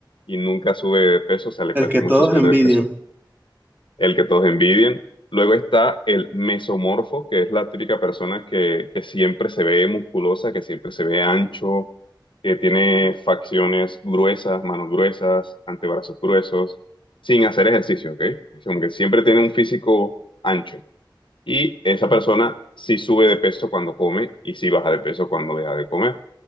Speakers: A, on the left; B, on the right.
A: y nunca sube de peso, o sea, le
B: El
A: cuesta
B: que todos
A: mucho subir
B: envidian.
A: de peso el que todos envidian. Luego está el mesomorfo, que es la típica persona que, que siempre se ve musculosa, que siempre se ve ancho, que tiene facciones gruesas, manos gruesas, antebrazos gruesos, sin hacer ejercicio, ¿ok? Como que siempre tiene un físico ancho. Y esa persona sí sube de peso cuando come y sí baja de peso cuando deja de comer.